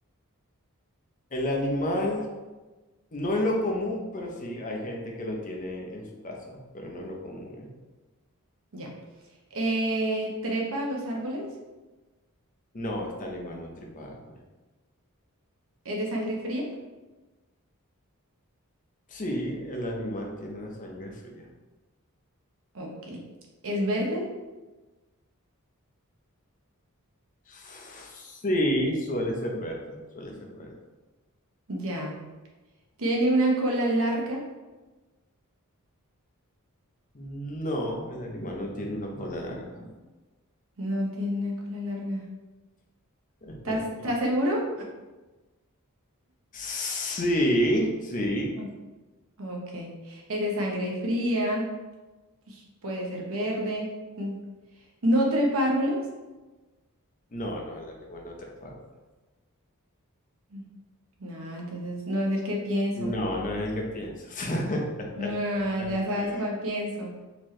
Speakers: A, on the left; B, on the right.
A: El animal No es lo común, pero sí, hay gente que lo tiene en su casa, pero no es lo común, ¿eh?
B: Ya. Eh, ¿trepa a los árboles?
A: No, este animal no tripa árboles.
B: ¿Es de sangre fría?
A: Sí, el animal tiene la sangre fría.
B: Ok. ¿Es verde?
A: Sí, suele ser verde, suele ser verde.
B: Ya. ¿Tiene una cola larga?
A: No, el animal no tiene una cola larga.
B: No tiene una cola larga.
A: <laughs>
B: ¿Estás, estás seguro?
A: Sí, sí.
B: No. Ok. ¿Es de sangre fría? pues, Puede ser verde. Mm. ¿No trepa árboles?
A: No, no, el animal no trepa árboles.
B: Mm. No, entonces no es el que pienso.
A: No, no es el que piensas. <laughs>
B: Ah, ya sabes cuál pienso.